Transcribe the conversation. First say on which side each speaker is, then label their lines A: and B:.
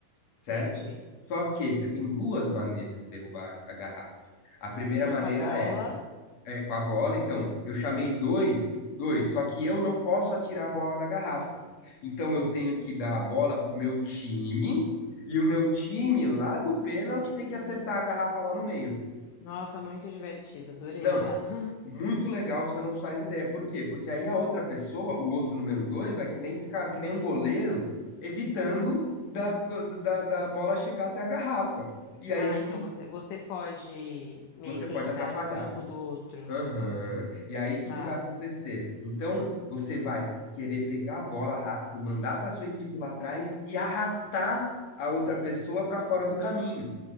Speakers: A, on the left; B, on the left.
A: certo?
B: Entendi.
A: Só que você tem duas maneiras de derrubar a garrafa. A primeira
B: Tô
A: maneira
B: com a bola.
A: é é, com a bola, então eu chamei dois, dois, só que eu não posso atirar a bola na garrafa. Então eu tenho que dar a bola pro meu time e o meu time lá do pênalti
B: Hum,
A: tem que acertar a garrafa lá no meio.
B: Nossa, muito divertido. Adorei
A: Não,
B: já. <laughs>
A: muito legal, você não faz ideia. Por quê? Porque aí a outra pessoa, o outro número dois, vai que nem ficar que nem um goleiro evitando da, do- da, da bola chegar até a garrafa. E aí
B: Ah,
A: que,
B: então
A: que
B: você, você pode meio
A: você
B: que
A: pode
B: entrar
A: atrapalhar.
B: no campo do outro.
A: Aham. E aí, o que
B: Tá.
A: que vai acontecer? Então, você vai querer pegar a bola rápido, mandar para sua equipe lá atrás e arrastar a outra pessoa para fora do caminho.